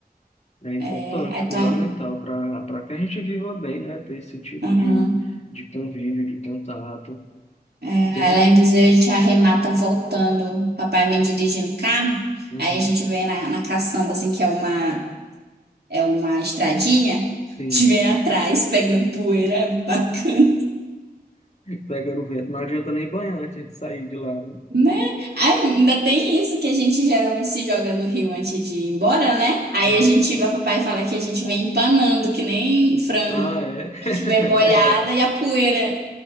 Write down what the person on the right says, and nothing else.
É, aí
tá.
Aham.
É, aí
lá em Viseu a gente arremata voltando. Papai vem dirigindo o carro,
aí a gente vem na, na caçamba, assim, que é uma, é uma estradinha.
A gente vem atrás pegando poeira, é bacana,
né? Aí ainda tem isso que a gente geralmente se joga no rio antes de ir embora, né? Aí
a gente vai, papai fala que a gente vem empanando, que nem frango.
A
gente vem molhada
e a poeira